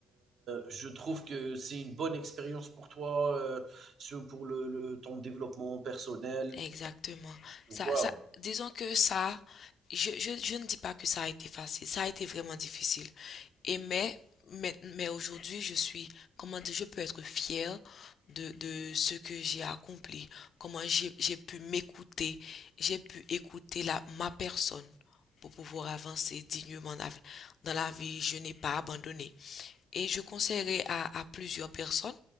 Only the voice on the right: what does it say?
je trouve que c'est une bonne expérience pour toi, heu, ce pour le le ton développement personnel,
tu
vois?